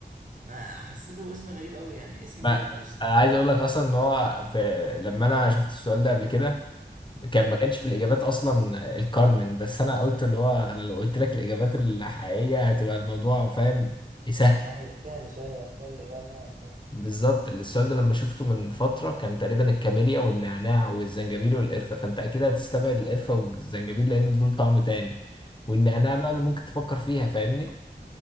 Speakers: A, on the right; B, on the left.
A: ما حسيته اسم غريب قوي يعني اسم
B: ما
A: بنت مش
B: انا عايز اقول لك اصلا ان هو في... لما انا شفت السؤال ده قبل كده كان
A: مم.
B: ما كانش في الاجابات اصلا الكارمن بس انا قلت اللي هو انا لو قلت لك الاجابات الحقيقيه هتبقى الموضوع فاهم سهل
A: واحد سهل شوية اختار الإجابة اللي أنا معرفهاش
B: بالظبط السؤال ده لما شفته من فتره كان تقريبا الكاميليا والنعناع والزنجبيل والقرفه فانت اكيد هتستبعد القرفه والزنجبيل لان دول طعم تاني والنعناع بقى اللي ممكن تفكر فيها فاهمني